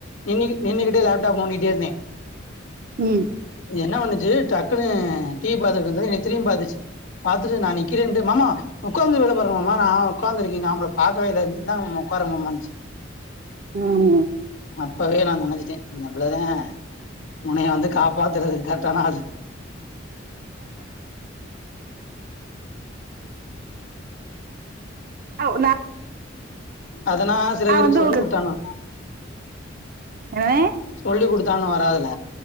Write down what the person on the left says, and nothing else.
நின்னு நின்னுகிட்டு லேப்டாப் நோண்டிட்டே இருந்தே
என்ன வண்ணுச்சு டக்குன்னு டீவி பாத்துட்டு இருந்தது என்னய திரும்பி பாத்துச்சு பாத்துட்டு நா நிற்கிறேன்டு மாமா உக்காந்து வேலை பாருங்க மாமா நா உக்காந்துருக்கே நா உங்கள பாக்கவே இல்ல இந்தாங்க மாமா உக்காருங்க மாமானுச்சு
அப்பவே நா நெனச்சுட்டே இந்தப் புள்ளதே உனைய வந்து காப்பாத்தறதுக்கு கரெட்டான ஆளு
அதனா சில
பேருக்கு
சொல்லி குடுத்தானு
சொல்லி் குடுத்தானு வராதுல